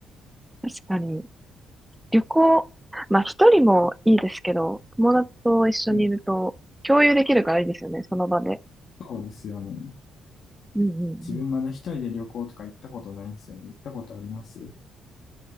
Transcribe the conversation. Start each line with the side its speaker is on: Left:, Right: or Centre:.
Centre: 確かに。旅行、まあ一人もいいですけど、友達と一緒にいると共有できるからいいですよね、
Left: はい、
Centre: その場で。
Left: そうですよね。
Centre: うんうんうん
Left: 自分まだ一人で旅行とか行ったことないんですよね。行ったことあります